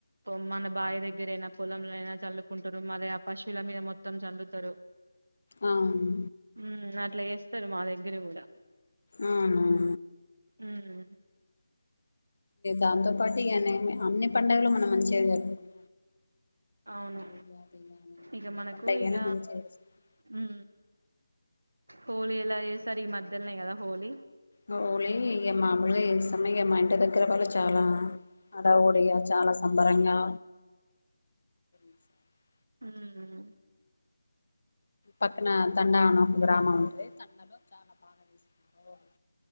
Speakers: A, on the right; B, on the left.
A: పొమన బాయ దగ్గరఅయినా పొలంలో అయినా చల్లుకుంటురు మరి ఆ పశువుల మీద మొత్ మొత్తం చల్లుతారు
B: అవును
A: ఉ అట్లా చేస్తారు మా దగ్గర గుడా
B: ఆ ఆవునవును
A: ఉమ్
B: దాంతో పాటు ఇగ అన్ని అన్ని పండుగలు మనం మంచిగా జరుపుకుంటాం
A: అవును
B: ఉగాది గాని
A: ఇగ మనకు
B: ఏ పండగైనా
A: ఇగ
B: మంచిగా చేసుకుంటాం
A: ఉ హోళి ఎలా చేసారు ఈ మధ్యల్నే కదా హోళి
B: హోలీ ఇగ మాములుగా చేస్తాం ఇగ మా ఇంటి దగ్గర వాళ్లు చాలా హడావిడిగా చాలా సంబరంగా ఈసారి.
A: ఉమ్
B: పక్కన తండా అని ఒక గ్రామం ఉంటది తండాలో చాలా బాగా చేసుకుంటారు హోలీ